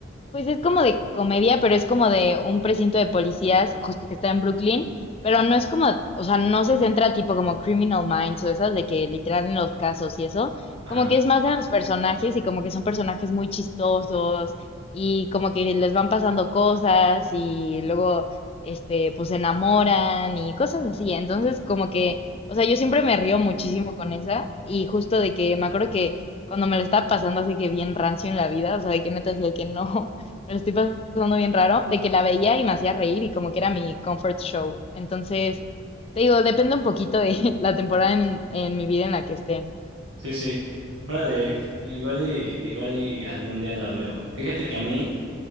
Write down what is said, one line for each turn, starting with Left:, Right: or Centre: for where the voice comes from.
Left: pues es como de comedia, pero es como de un precinto de policías, justo que está en Brooklyn, pero no es como, o sea, no se centra tipo como Criminal Minds o esas de que literal en los casos y eso,
Right: Ajá.
Left: como que es más de los personajes y como que son personajes muy chistosos y como que les van pasando cosas y luego, este, pues se enamoran y cosas así, entonces como que, o sea, yo siempre me río muchísimo con esa y justo de que me acuerdo que cuando me lo estaba pasando así que bien rancio en la vida, o sea, de que neta decía que no, <laughs> me lo estoy pasando bien raro, de que la veía y me hacía reír y como que era mi comfort show. Entonces, te digo, depende un poquito de <laughs> la temporada en, en mi vida en la que esté.
Right: Sí, sí. Órale, igual y, igual y algún día la veo. Fíjate que a mí